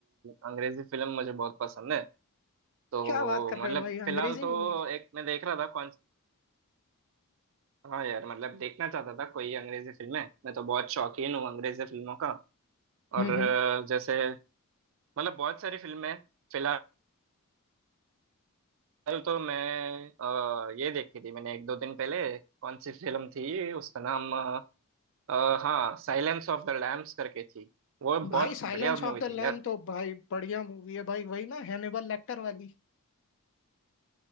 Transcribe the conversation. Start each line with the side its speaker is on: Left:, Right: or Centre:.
Right: अंग्रेजी फिल्म मुझे बहुत पसंद है तो
Left: क्या बात कर रहे
Right: मतलब
Left: हो भाई
Right: फिलहाल
Left: अंग्रेजी
Right: तो
Left: मूवी
Right: एक मैं देख रहा था कौन हाँ यार मतलब देखना चाहता था कोई अंग्रेजी फिल्में मैं तो बहुत शौकीन हूँ अंग्रेजी फिल्मों का
Left: हम्म
Right: और अ,
Left: हम्म।
Right: जैसे मतलब बहुत सारी फिल्में हैं। फिलहाल कल तो मैं अ, ये देखी थी मैंने एक दो दिन पहले कौन सी फिल्म थी उसका नाम अ, अ, हाँ साइलेंस ऑफ द लैम्स करके थी वो बहुत
Left: भाई साइलेंस
Right: बढ़िया मूवी
Left: ऑफ द
Right: थी
Left: लैम
Right: यार
Left: तो भाई बढ़िया मूवी है भाई वही ना हैनिबल लेक्टर वाली